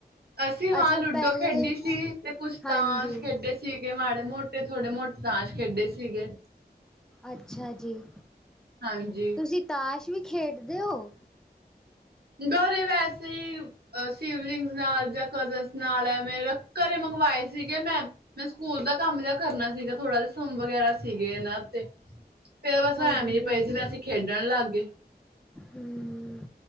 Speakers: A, on the right (about 65°); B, in the centre.
A: ਅਸੀਂ ਹਾਂ
B: ਅੱਛਾ
A: ਲੂਡੋ
B: ਪਹਿਲੇ
A: ਖੇਡੀ ਸੀ, ਤੇ ਕੁਛ
B: ਹਾਂਜੀ
A: ਤਾਂਸ਼ ਖੇਡੇ ਸੀ। ਸੀਗੇ ਮਾੜੇ-ਮੋਟੇ ਥੋੜੇ ਮੋਟੇ ਤਾਸ਼ ਖੇਡੇ ਸੀਗੇ।
B: ਅੱਛਾ ਜੀ,
A: ਹਾਂਜੀ
B: ਤੁਸੀਂ ਤਾਸ਼ ਵੀ ਖੇਡਦੇ ਓ?
A: ਗਰੇ ਵੈਸੇ ਈ, ਸਿਵਲਿੰਗਜ ਨਾਲ ਜਾਂ ਕਜ਼ਨ ਨਾਲ ਐਂਵੇ, ਮੇਰੇ ਘਰੇ ਮੰਗਵਾਏ ਸੀਗੇ ਮੈਂ। ਮੈਂ ਸਕੂਲ ਦਾ ਕੰਮ ਜਾ ਕਰਨਾ ਸੀਗਾ ਥੋੜਾ ਜਾ, ਸਮ ਵਗੈਰਾ ਸੀਗੇ ਇਹਨਾਂ ਉੱਤੇ, ਫਿਰ ਬਸ
B: ਹਾਂਜੀ
A: ਐਵੇਂ ਪਏ ਸੀ, ਤੇ ਅਸੀਂ ਖੇਡਣ ਲੱਗ ਗਏ।
B: ਹੂੰ,